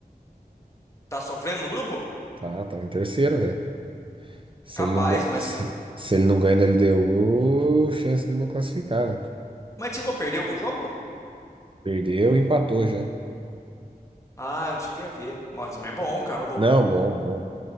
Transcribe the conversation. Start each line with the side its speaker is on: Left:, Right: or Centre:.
Left: Tá sofrendo no grupo?
Right: Tá, tá em terceiro, velho. Se
Left: Capaz,
Right: ele não, ga-
Left: mas.
Right: se, se ele não ganha da LDU, chance de não classificar, velho.
Left: Mas chegou a perder algum jogo?
Right: Perdeu e empatou já.
Left: Ah, não cheguei a ver. Mas o time é bom, cara, ô louco.
Right: Não, bom, bom.